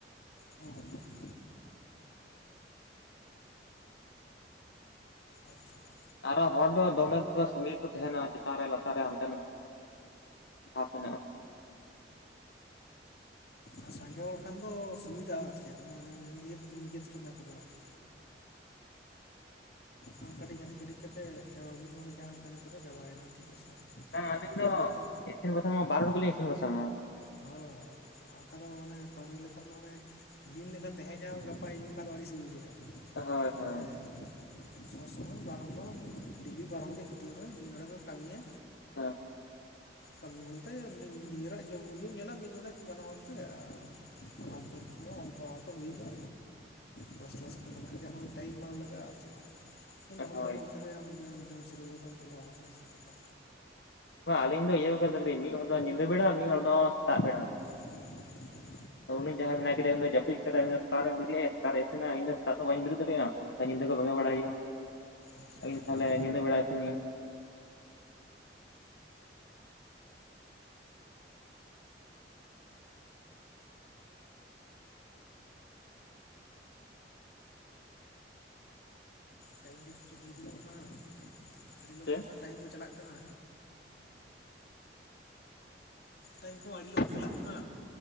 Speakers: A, on the left; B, on the left.
A: ᱦᱮᱸ ᱟᱪᱪᱷᱟ
B: ᱟᱨᱚ ᱦᱚᱲ ᱫᱚ ᱫᱚᱢᱮ ᱥᱟᱸᱜᱤ ᱠᱚ ᱛᱟᱦᱮᱱᱟ ᱪᱮᱛᱟᱱ ᱨᱮ ᱞᱟᱛᱟᱨ ᱨᱮ ᱦᱟᱱᱛᱮ ᱱᱟᱛᱮ ᱦᱟᱯ ᱢᱮᱱᱟᱜ- ᱟ
A: ᱟᱨ ᱥᱟᱸᱜᱮ ᱦᱚᱲ ᱠᱷᱟᱱ ᱫᱚ ᱥᱩᱵᱤᱫᱟᱜᱼᱟ ᱟᱨ ᱪᱮᱫ ᱱᱚᱜᱼᱚᱭ ᱡᱮᱢᱚᱱ ᱱᱮ ᱱᱤᱡᱮ ᱛᱮ ᱪᱚᱸᱫᱟ ᱠᱚᱫᱚ ᱟᱨᱠᱤ ᱟᱢ ᱠᱟᱹᱴᱤᱡ ᱦᱟᱹᱱᱤ ᱠᱟᱹᱴᱤᱡ ᱠᱟᱛᱮᱮᱫ ᱪᱟᱵᱟ ᱦᱩᱭᱱᱟ ᱱᱚᱜᱰᱮ ᱡᱟᱦᱟᱱ ᱠᱟᱹᱢᱤ ᱠᱚᱫᱚ ᱪᱟᱵᱟᱭᱮᱱᱟ ᱴᱷᱤᱠ ᱟᱪᱷᱮ
B: ᱦᱩᱸ ᱟᱹᱞᱤᱧ
A: ᱡᱚᱛᱚᱱᱟᱜ
B: ᱫᱚ
A: ᱛᱚ
B: ᱤᱥᱤᱱ ᱵᱟᱥᱟᱝ ᱢᱟ ᱵᱟᱨ ᱦᱚᱲ ᱜᱮᱞᱤᱧ ᱤᱥᱤᱱ ᱵᱟᱥᱟᱝᱼᱟ
A: ᱦᱮᱸ ᱚᱱᱠᱟ ᱫᱚ ᱢᱟᱱᱮ ᱯᱟᱹᱨᱤ ᱞᱮᱠᱷᱟᱱ ᱫᱚ ᱢᱟᱱᱮ ᱫᱤᱱ ᱞᱮᱠᱷᱟᱱ ᱛᱮᱦᱮᱧ ᱟᱢ ᱜᱟᱯᱟ ᱤᱧ ᱚᱱᱠᱟ ᱫᱚ ᱟᱹᱲᱤᱥ ᱜᱮ ᱵᱩᱡᱷᱟᱹᱜᱼᱟ
B: ᱦᱳᱭ ᱦᱳᱭ
A: ᱦᱮᱸ ᱥᱚᱵ ᱥᱚᱢᱚᱭ ᱵᱟᱨ ᱦᱚᱲ ᱫᱚ ᱰᱮᱞᱤ ᱵᱟᱨ ᱦᱚᱲᱜ ᱪᱷᱩᱴᱟᱹᱜ ᱢᱮ ᱢᱤᱫ ᱦᱚᱲᱚᱲ ᱜᱮᱢ ᱠᱟᱹᱢᱤᱭᱟ
B: ᱦᱳᱭ
A: ᱠᱟᱹᱢᱤ ᱵᱚᱞᱛᱮ ᱱᱤᱡᱮᱨᱟᱜ ᱡᱚᱢ ᱧᱩ ᱜᱮᱢ ᱧᱮᱞᱟ ᱢᱤᱫ ᱱᱚᱰᱮ ᱵᱟᱱᱟ ᱦᱚᱲ ᱛᱮ ᱟᱨ ᱵᱟᱫ ᱵᱟᱠᱤ ᱠᱚᱦᱚᱸ ᱢᱤᱫ ᱫᱷᱟᱣ ᱛᱚ ᱦᱩᱭᱩᱜᱼᱟ ᱠᱞᱟᱥ ᱠᱞᱟᱥ ᱠᱚ ᱢᱮᱱᱟᱜᱼᱟ ᱡᱟᱦᱟᱸ ᱴᱟᱭᱤᱢ ᱵᱟᱝ ᱞᱟᱜᱟᱜᱼᱟ ᱟᱨ ᱪᱮᱫ ᱢᱤᱫ ᱜᱷᱚᱱᱴᱟ
B: ᱦᱳᱭ
A: ᱢᱚᱫᱽᱫᱷᱮᱨᱮ ᱟᱢ ᱡᱚᱢ ᱥᱩᱨᱩ ᱜᱚᱫ ᱪᱟᱞᱟᱜᱼᱟ ᱟᱥᱟᱲ ᱤᱥᱤᱱ ᱠᱚᱛᱮ
B: ᱵᱟᱝ ᱟᱹᱞᱤᱧ ᱫᱚ ᱤᱭᱟᱹ ᱟᱠᱟᱫᱟᱞᱤᱧ ᱢᱤᱫ ᱦᱚᱲ ᱫᱚ ᱧᱤᱫᱟᱹ ᱵᱮᱲᱟ ᱢᱤᱫ ᱦᱚᱲ ᱫᱚ ᱥᱮᱛᱟᱜ ᱵᱮᱲᱟ
A: <inaudible>
B: ᱩᱱᱤ ᱡᱟᱸᱦᱟᱭ ᱢᱮᱱᱟᱭ ᱠᱮᱫᱮᱭᱟ ᱩᱱᱤ ᱫᱚ ᱡᱟᱹᱯᱤᱫ ᱠᱮᱫᱟ ᱩᱱᱤ ᱫᱚ ᱥᱮᱛᱟᱜ ᱨᱮ ᱵᱮᱨᱮᱫ ᱟ ᱥᱮᱛᱟᱜ‌ ᱨᱮ ᱤᱥᱤᱱ ᱟ ᱤᱧ ᱫᱚ ᱥᱮᱛᱟᱜ ᱫᱚ ᱵᱟᱹᱧ ᱵᱮᱨᱮᱫ ᱫᱟᱲᱮᱭᱟᱜᱼᱟ ᱧᱤᱫᱟᱹ ᱠᱚ ᱵᱮᱝ ᱜᱮᱫ ᱵᱟᱲᱟᱭ ᱦᱩᱭᱩᱜᱼᱟ
A: ᱟᱪᱪᱷᱟ ᱟᱪᱪᱷᱟ
B: ᱤᱧ ᱛᱟᱦᱞᱮ ᱧᱤᱫᱟᱹ ᱵᱟᱲᱟ ᱥᱮᱱᱤᱧ
A: ᱴᱟᱭᱤᱢ ᱠᱚ ᱪᱮᱫ ᱪᱚ ᱦᱩᱭ ᱫ ᱠᱟᱱᱟ ᱦᱟᱸᱜ ᱟᱹᱰᱤ ᱞᱚᱜᱚᱱ
B: ᱥᱮ
A: ᱞᱚᱜᱚᱱ ᱴᱟᱭᱤᱢ ᱠᱚ ᱪᱟᱞᱟᱜ ᱠᱟᱱᱟ᱾ ᱴᱟᱭᱤᱢ ᱠᱚ <unintelligible> ᱟᱹᱰᱤ ᱞᱚᱜᱚᱱ ᱪᱟᱞᱟᱜ ᱠᱟᱱᱟ᱾